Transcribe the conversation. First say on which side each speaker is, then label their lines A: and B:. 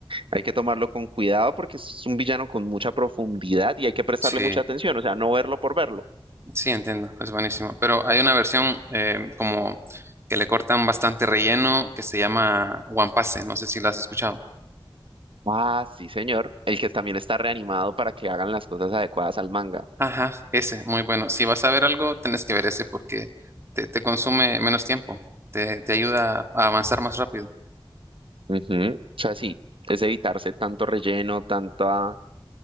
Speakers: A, on the right (about 75°); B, on the right (about 30°).
A: hay que tomarlo con cuidado porque es un villano con mucha profundidad y hay que prestarle
B: Sí,
A: mucha atención, o sea, no verlo por verlo.
B: sí, entiendo, es buenísimo. Pero hay una versión eh, como que le cortan bastante relleno que se llama One Piece, no sé si la has escuchado.
A: Ah, sí, señor. El que también está reanimado para que hagan las cosas adecuadas al manga.
B: Ajá, ese, muy bueno. Si vas a ver algo, tenés que ver ese porque te, te consume menos tiempo, te, te ayuda a avanzar más rápido.
A: Ujú. O sea, sí, es evitarse tanto relleno, tanta